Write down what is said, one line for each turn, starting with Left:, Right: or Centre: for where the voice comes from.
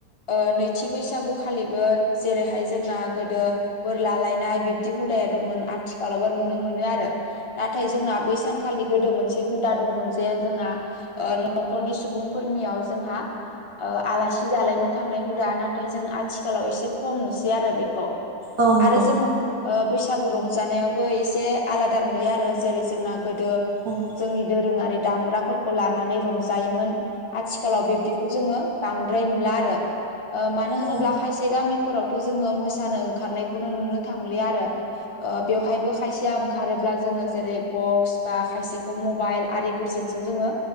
Left: ओ नैथि बैसागु खालिबो जेरैहाय जोंना गोदो बोर लालायनाय बिब्दि हुदाया दंमोन। आथिखालावबो नुनो मोनो आरो। नाथाय जोंना बै सानखालि गोदो मोनसे हुदा दंमोन जे जोंना ओ न'खरनि सुबुंफोरनियाव जोंहा आलासि जालायनो थांनाय हुदा नाथाय जों आथिखालाव एसे खम नुसै आरो बेखौ
Right: औ नोंथां
Left: आरो जोङो ओ बैसागु रंजानायावबो एसे आलादा नुयो आरो। जेरै जोंना गोदो
Right: औ
Left: जोंनि दोरोङारि दामग्राफोरखौ लानानै रंजायोमोन। आथिखालाव बिब्दि जोङो बांद्राय नुला आरो ओ मानो होनोब्ला
Right: औ नोंथां
Left: खायसे गामि थ' जोङो मोसानो ओंखारनायखौनो नुनो थांलिया आरो। बेवहायबो खायसेया ओंखारोब्ला जोङो जेरै बक्स, बा खायसेखौ मबाइल आरि -फोरजोंसो जोङो